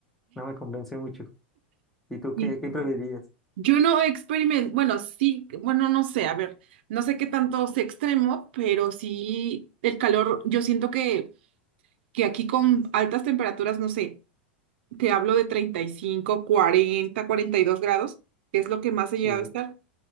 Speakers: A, in the centre; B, on the right.
A: no me convence mucho. ¿Y tú
B: Sí.
A: qué, qué preferirías?
B: Yo no experimento, bueno, sí, bueno, no sé, a ver, no sé qué tanto sea extremo, pero sí el calor, yo siento que, que aquí con altas temperaturas, no sé, te hablo de treinta y cinco cuarenta cuarenta y dos grados, que es lo que más he
A: Sí,
B: llegado a estar.